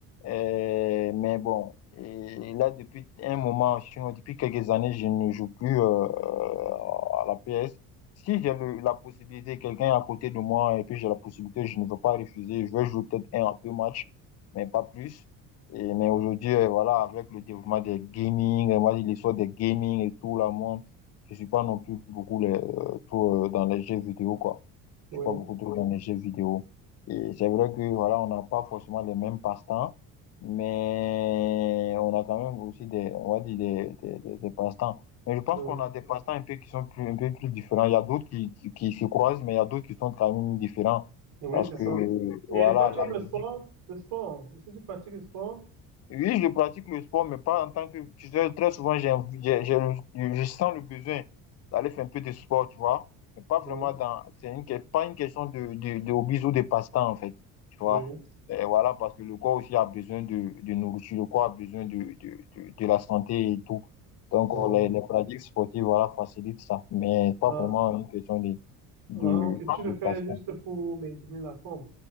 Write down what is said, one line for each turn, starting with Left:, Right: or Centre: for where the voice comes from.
Left: Euh, mais bon, et là, depuis un moment, je- depuis quelques années, je ne joue plus euh, euh, à la PS. Si j'ai le- la possibilité, quelqu'un est à côté de moi et puis j'ai la possibilité, je ne veux pas refuser. Je vais jouer peut-être un à deux matchs, mais pas plus. Et, mais aujourd'hui, euh, voilà, avec le développement des gaming, euh, moi, l'histoire des gaming et tout, là, moi, je suis pas non plus beaucoup les, euh, trop, euh, dans les jeux vidéo, quoi.
Right: Oui.
Left: Je suis pas beaucoup trop dans Oui. les jeux vidéo. Et c'est vrai que, voilà, on n'a pas forcément les mêmes passe-temps. Mais on a quand même aussi des, on va dire des, des, des, des passe-temps. Mais je pense
Right: Donc,
Left: qu'on a des passe-temps un peu qui sont plus, un peu plus différents. Il y a d'autres qui, qui, qui se croisent, mais il y a d'autres qui sont quand même différents.
Right: oui,
Left: Parce
Right: c'est
Left: que,
Right: ça.
Left: Oui. voilà,
Right: Et toi, tu
Left: la
Right: aimes
Left: musique.
Right: le sport? Le sport. Est-ce que tu pratiques le sport?
Left: Oui, je pratique le sport, mais pas en tant que... Tu sais, très souvent, j'ai, envie- j'ai, j'ai le- je sens le besoin d'aller faire un peu de sport, tu vois. Mais pas vraiment
Right: Oui,
Left: dans... C'est une, que- pas une question de, de, de hobbies ou de passe-temps, en fait. Tu vois.
Right: oui.
Left: Et voilà, parce que le corps aussi a besoin de, de nourriture, le corps a besoin de, de, de, de la santé et tout. Donc,
Right: Ouais.
Left: euh, les, les pratiques sportives, voilà, facilitent ça. Mais pas
Right: Ah,
Left: vraiment une question de, de,
Right: ah, ok, tu le
Left: de
Right: fais
Left: passe
Right: juste pour maintenir la forme.